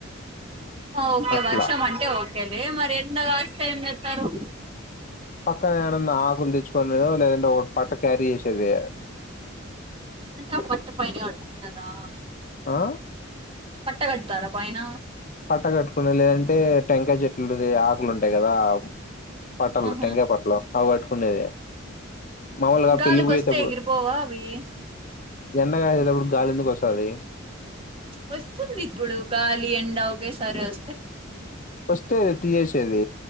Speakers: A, on the right (about 25°); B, on the left (about 40°).
A: ఓకే
B: అట్లా
A: వర్షం అంటే ఓకేలే మరి ఇంట్ల తడిస్తె ఏం జేత్తరు
B: పక్కనేేరన్న ఆకులు తెచ్చుకునే లేదంట ఓ పట్టా క్యారీ చేసేది
A: అంటే ఆ పట్ట పైన కట్టుకుంటారా
B: ఆ
A: పట్ట కడతారా పైన
B: పట్టె కట్టుకునే లేదంటే టెంకాయ చెట్లుది ఆకులు ఉంటాయి కదా పట్టలు
A: ఆహా
B: టెంకాయ పట్టలు అవి పట్టుకునేది మామూలుగా
A: గాలికి
B: పెళ్లికి పోయేతప్పుడు
A: వస్తే ఎగిరిపోవా అవి
B: ఎండగాయసేటప్పుడు గాలి ఎందుకు వస్తాది
A: వస్తుందిప్పుడు గాలి ఎండ ఒకే సారొస్తే
B: వస్తే తీయేసేసేది